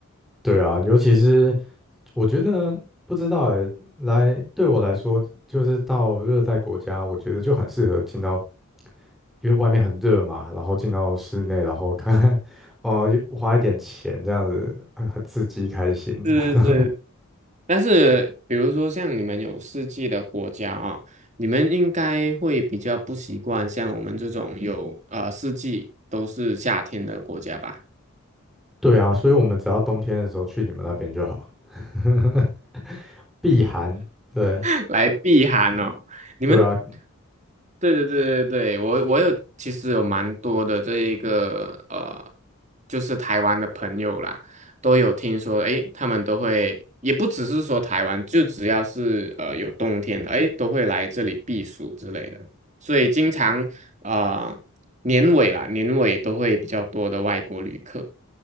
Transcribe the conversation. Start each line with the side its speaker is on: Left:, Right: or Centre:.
Centre: 对啊，尤其是我觉得不知道哎，来对我来说，就是到热带国家，我觉得就很适合进到因为外面很热嘛，然后进到室内，然后 <laughs> 看看，<laughs> 哦，花一点钱这样子，很很刺激开心。
Right: 是是
Centre: <laughs>
Right: 但是比如说像你们有四季的国家啊，你们应该会比较不习惯像我们这种有呃四季都是夏天的国家吧，
Centre: 对啊，所以我们只要冬天的时候去你们那边就好，<laughs> 避寒。对，
Right: <laughs> 来避寒哦。你们
Centre: 对啊，
Right: 对对对对对，我我有其实有蛮多的这一个呃，就是台湾的朋友啦，都有听说，诶，他们都会，也不只是说台湾，就只要是呃有冬天的，诶，都会来这里避暑之类的，所以经常啊、呃年尾啦，年尾都会比较多的外国旅客，